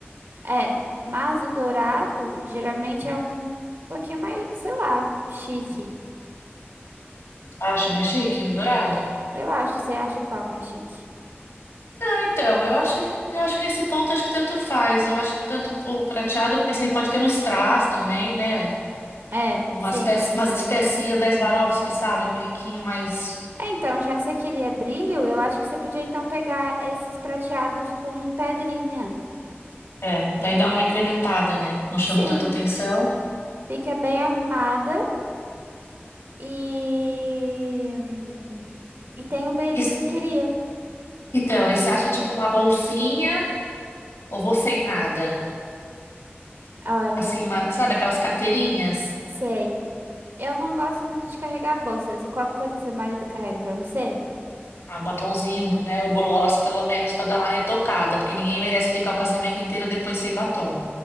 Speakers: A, on the right; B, on the left.
A: é, mas o dourado geralmente é um pouquinho mais, sei lá, chique.
B: Acha mais chique? o Dourado?
A: Eu acho, você acha qual mais chique?
B: Não, então, eu acho, que- eu acho que nesse ponto acho que tanto faz. Eu acho que tanto o prateado, porque assim, pode ter um strass também, né?
A: É,
B: Umas,
A: sim.
B: pece, umas especinhas da Swarovski, sabe? Um brinquinho mais
A: É, então, já que você queria brilho, eu acho que você podia então pegar esses prateados com pedrinha.
B: É, daí dá uma incrementada, né? Não chama
A: Sim,
B: tanta atenção.
A: fica bem arrumada e e tem o brilho
B: E-
A: que você queria.
B: então, e você acha tipo uma bolsinha ou vou sem nada?
A: Olha.
B: Assim, uma, sabe aquelas carteirinhas?
A: Sei. Eu não gosto muito de carregar bolsas. Qualquer coisa seu marido carrega pra você?
B: Ah, um batonzinho, né? O gloss, pelo menos, pra dar uma retocada, porque ninguém merece ficar o casamento inteiro depois sem batom.